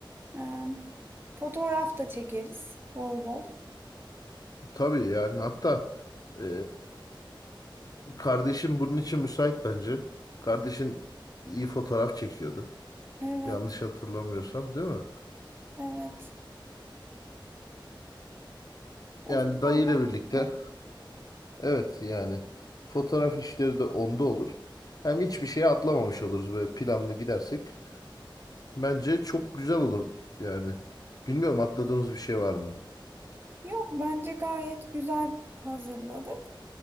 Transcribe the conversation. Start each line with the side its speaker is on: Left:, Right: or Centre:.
Right: Ee, fotoğraf da çekeriz bol bol.
Left: Tabii yani hatta e, kardeşim bunun için müsait bence. Kardeşin iyi fotoğraf çekiyordu.
Right: Evet,
Left: Yanlış hatırlamıyorsam değil mi?
Right: evet. O
Left: Yani
Right: fotoğraf
Left: dayı ile birlikte
Right: çeker.
Left: evet yani fotoğraf işleri de onda olur. Hem hiçbir şeye atlamamış oluruz böyle planlı gidersek. Bence çok güzel olur yani. Bilmiyorum atladığımız bir şey var mı?
Right: Yok bence gayet güzel hazırladık.